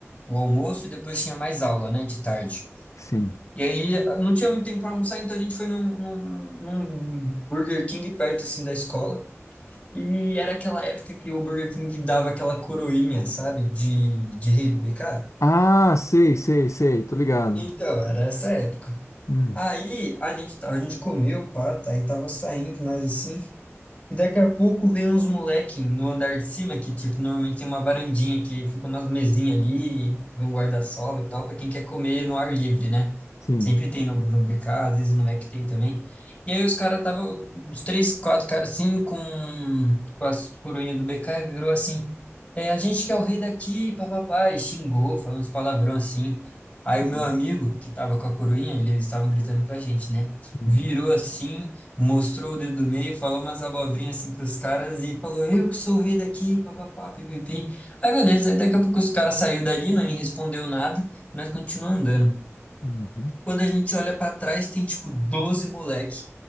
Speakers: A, on the left; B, on the left.
A: o almoço e depois tinha mais aula, né, de tarde.
B: sim.
A: E aí não tinha muito tempo pra almoçar, então a gente foi num, num, num Burger King perto, assim, da escola. E era aquela época que o Burger King dava aquela coroinha, sabe, de, de rei do BK.
B: Ah, sei, sei, sei, tô ligado.
A: Então, era essa época.
B: Hum,
A: Aí a gente, a gente comeu, pá, tá, aí tava saindo nós assim. E daqui a pouco vem uns moleque no andar de cima, que, tipo, normalmente tem uma varandinha que fica umas mesinhas ali, vem um guarda-sol e tal, para quem quer comer no ar livre, né?
B: sim.
A: Sempre tem no, no BK, às vezes no Mac tem também. E aí os caras estavam, uns três, quatro caras assim, com, com as coroinhas do BK, e virou assim, é, a gente que é o rei daqui, papapá, e xingou, falou uns palavrão assim. Aí o meu
B: Hum,
A: amigo, que tava com a coroinha, ele- eles estavam gritando pra gente, né?
B: hum,
A: Virou assim mostrou o dedo do meio, falou umas abobrinhas assim pros caras e falou, eu que sou o rei daqui, papapá, pipipi. Aí beleza, aí daqui a pouco os caras saiu dali, nem respondeu nada, e nós continuamos andando.
B: uhum.
A: Quando a gente olha pra trás, tem tipo 12 moleque